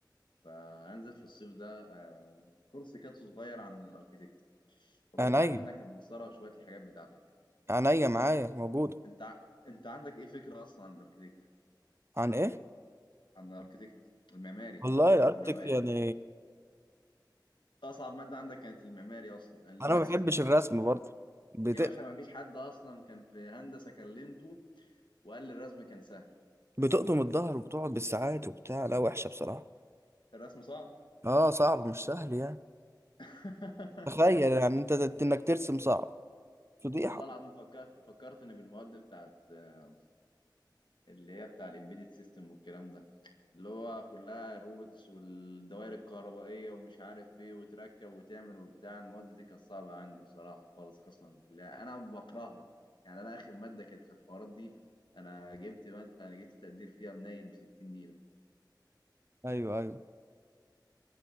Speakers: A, on the left; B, on the right.
A: فهنزل في الصيف ده آه، كورس كده صغير عن الاركيتكت فكنت
B: عينيا
A: عايز منك المسطرة وشوية الحاجات بتاعتك
B: عينيا معايا موجود
A: انت ع- انت عندك ايه فكرة اصلا عن الاركيتكت
B: عن ايه
A: عن الاركيتكت المعماري
B: والله
A: الرسم
B: الاركتيك
A: المعماري
B: يعني
A: اصعب مادة عندك كانت المعماري اصلا الرسم
B: انا ما بحبش الرسم برضه بت...
A: يا باشا ما فيش حد اصلا كان في هندسة كلمته وقال لي الرسم كان سهل
B: بتقطم الظهر وبتقعد بالساعات وبتاع لا وحشه بصراحه
A: الرسم صعب
B: اه صعب مش سهل يعني
A: <laughs>
B: تخيل يعني انت ت- انك ترسم صعب فضيحه
A: والله العظيم فكرت فكرت ان بالمواد بتاعت آه، اللي هي بتاع الامبيدد سيستم والكلام ده اللي هو كلها الروبوتس والدوائر الكهربائيه ومش عارف ايه وتركب وتعمل وبتاع المواد دي كانت صعبه عندي بصراحه خالص قسما بالله انا بكرهها يعني انا اخر ماده كانت في الحوارات دي انا جبت مادة انا جبت تقدير فيها منيل ب 60 نيله
B: ايوه ايوه